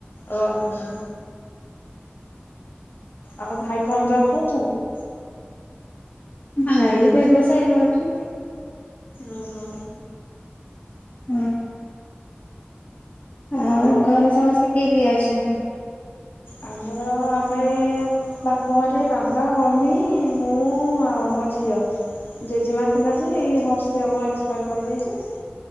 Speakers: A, on the left; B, on the left.
A: ଓହୋ। ଆଉ ଭାଇ କଣ
B: ହୁଁ
A: ଜବ କରୁଚନ୍ତି?
B: ଭାଇ ବ୍ୟବସାୟ କରୁଛନ୍ତି।
A: ଓ ହୋ।
B: ହୁଁ। ଆଉ
A: ଭଲ ଅଛି।
B: ଘରେ ସମସ୍ତେ କିଏ କିଏ ଅଛନ୍ତି?
A: ଆମର ଆମେ ବାପ ଘରେ ବାବା ମମି ମୁଁ ଆଉ ମୋ ଝିଅ ଜେଜେମା ଥିଲା ଯେ ଏଇ ବର୍ଷେ ହେବ ଏକ୍ସ୍ ପାୟାର୍ କରିଯାଇଚି।